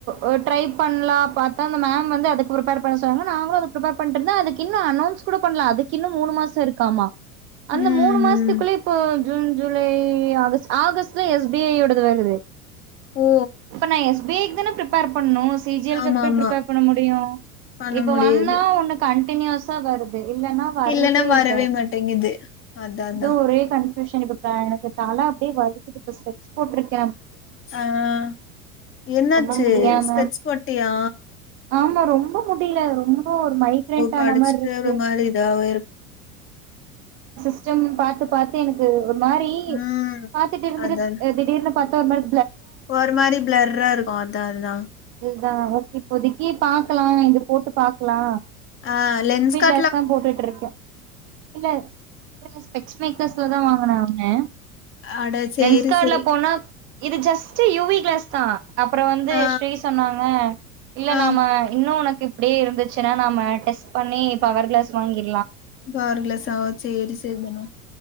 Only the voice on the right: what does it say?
ஒ ட்ரை பண்ணலா பாத்தா அந்த மேம் வந்து அதுக்கு ப்ரிப்பேர் பண்ண சொன்னாங்க நாங்களு அதுக் ப்ரிப்பேர் பண்ட்ருந்தெ அதுக்கின்னு அனௌன்ஸ் கூட பண்ல அதுக்கு இன்னு மூணு மாசொ இருக்காமா அந்த
மூணு மாசத்துக்குள்ள இப்போ ஜூன் ஜூலை ஆகஸ்ட் ஆகஸ்ட்ல எஸ் பி ஐ யோடது வருது
பன எஸ் பி ஐ குதானே ப்ரிப்பேர் பண்ணணு சி ஜி எல்
கு எப்டி
பிரிப்பேர் பண்ண முடியு
இப்ப
வந்தா ஒன்னு கண்டனியூஸ் ஆ வருத் இல்லன்னா வர்றதே
இல்ல
இவு ஒரே கன் டு சனிக்குடுத்தா எனக்கு தலா அப்டியே வலிக்குது இப்ப ஸ்பெக்ஸ் போட்ருக்
ரொம்ப முடியாம
ஆமா ரொம்ப முடில ரொம்ப ஒரு மைக்ரெண்ட்
ஆன மார்ருக்
சம் பாத்து பாத்து எனக்கு ஒர் மாறி
பாத்துட்டு இருந்துடு
திடீர்னு பாத்த ஒருமாரி
தா ஓகே இப்போதிக்கி பாக்கலா இது போட்டு பாக்லா
ளாஸ் தா போட்டுட்ருக்கே இல்ல இல்லல்ல ஸ்பெக்ஸ் மேக்கர் ஸ்ல தா வாங்குனேம் அ
ரென்ஸ்காட்ல
போனா இது ஜஸ்ட்டு யுவி கிளாஸ் தா அப்றொ வந்து
ஸ்ரீ சொன்னாங்க இல்ல
நாம இன்னு உனக் இப்டியே இருந்துச்சுனா நாம டெஸ்ட் பண்ணி பவர் க்ளேஸ் வாங்கி